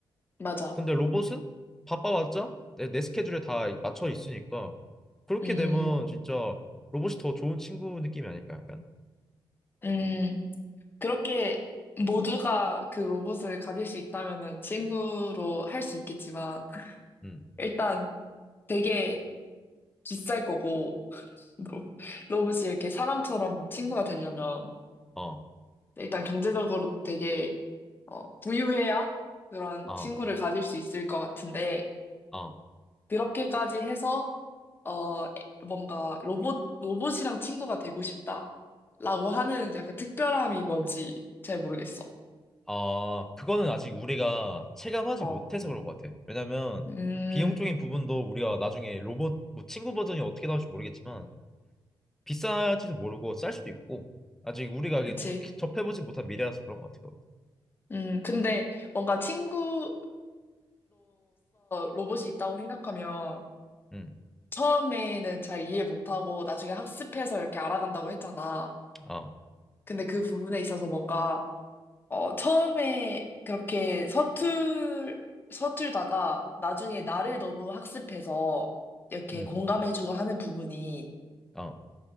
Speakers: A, on the left; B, in the centre.
A: 맞아.
B: 근데 로봇은 바빠봤자 내, 내 스케줄에 다 맞춰 있으니까 그렇게
A: 음,
B: 되면 진짜 로봇이 더 좋은 친구 느낌이 아닐까 약간.
A: 음. 그렇게 모두가 그 로봇을 가질 수 있다면은 친구로 할 수 있겠지만,
B: 음.
A: 일단 되게 비쌀 거고, 로- 로봇이 이렇게 사람처럼 친구가 되려면,
B: 어.
A: 일단 경제적으로 되게, 어, 부유해야 그런
B: 어.
A: 친구를 가질 수 있을 것 같은데,
B: 어.
A: 그렇게까지 해서, 어, 뭔가 로봇, 로봇이랑 친구가 되고 싶다. 라고 하는 약간 특별함이 뭔지 잘 모르겠어.
B: 아, 그거는 아직 우리가 체감하지
A: 어.
B: 못해서 그런 것 같아. 왜냐면
A: 음,
B: 비용적인 부분도 우리가 나중에 로봇 뭐 친구 버전이 어떻게 나올지 모르겠지만 비쌀지도 모르고 쌀 수도 있고 아직 우리가 이게
A: 그치.
B: 접, 접해보지 못한 미래라서 그런 것 같아.
A: 음, 근데 뭔가 친구로서 로봇이 있다고 생각하면
B: 응,
A: 처음에는 잘 이해 못하고 나중에 학습해서 이렇게 알아간다고 했잖아.
B: 아,
A: 근데 그 부분에 있어서 뭔가, 어, 처음에 그렇게 서툴, 서툴다가 나중에 나를 너무 학습해서 이렇게
B: 응,
A: 공감해주고 하는 부분이
B: 아,